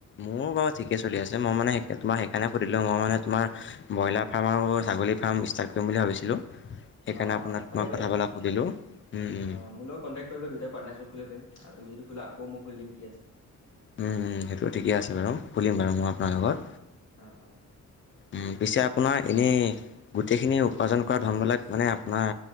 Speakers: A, on the left; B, on the left.
A: মোৰো বাৰু ঠিকে চলি আছে মই মানে তোমাৰ সেইকাৰণে সুধিলোঁ। মই মানে তোমাৰ ব্ৰইলাৰ ফাৰ্ম আৰু ছাগলী ফাৰ্ম ষ্টাৰ্ট কৰিম বুলি ভাবিছিলোঁ। সেইকাৰণে
B: অ অ
A: আপোনাক
B: অ পাৰিবা
A: মই কথাবিলাক
B: একো নাই
A: সুধিলো। উম, উম।
B: অ মোৰ লগত কণ্টেক্ট কৰিব দুয়োটাই পাৰ্টনাৰছিপত খুলিব পাৰিম আৰু তুমি যদি খোলা আকৌ মই খুলি দিম, কি আছে।
A: ও, ও সেইটো ঠিকে আছে
B: অ
A: বাৰু খুলিম
B: উম
A: বাৰু
B: উম
A: মই আপোনাৰ লগত।
B: অ অ
A: উ, পিছে আপোনাৰ এনেই গোটেইখিনি উপাৰ্জন কৰা ধনবিলাক মানে আপোনাৰ